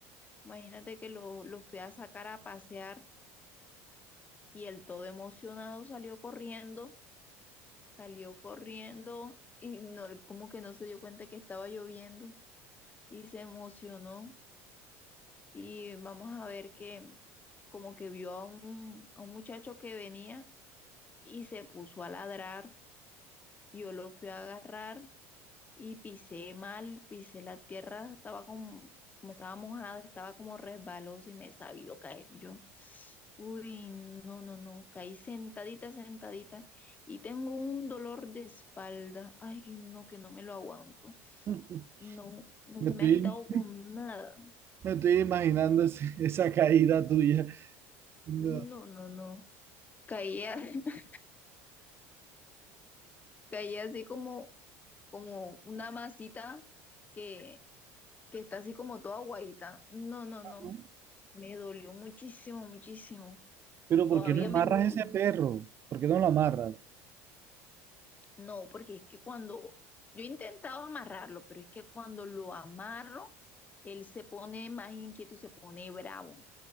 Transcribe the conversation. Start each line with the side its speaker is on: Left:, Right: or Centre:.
Left: Imagínate que lo, lo fui a sacar a pasear y él todo emocionado salió corriendo salió corriendo y no, él como que no se dio cuenta que estaba lloviendo y se emocionó y vamos a ver que como que vio a un, a un muchacho que venía y se puso a ladrar, yo lo fui a agarrar y pisé mal, pisé la tierra, estaba como, como estaba mojada, estaba como resbalosa y me he sabido caer yo. Uy, no, no, no, caí sentadita, sentadita y tengo un dolor de espalda. Ay, no, que no me lo aguanto.
Right: <laughs>
Left: No, no
Right: Me
Left: se
Right: estoy
Left: me ha quitado con nada.
Right: Me estoy imaginando ese- <laughs> esa caída tuya. No,
Left: No, no, no. Caí, a- <laughs> caí así como, como una masita que, que está así como toda guayita. No, no, no.
Right: no.
Left: Me dolió muchísimo, muchísimo.
Right: Pero
Left: Todavía
Right: ¿por qué no amarras
Left: me duele.
Right: ese perro? ¿Por qué no lo amarras?
Left: No, porque es que cuando yo he intentado amarrarlo, pero es que cuando lo amarro, él se pone más inquieto y se pone bravo.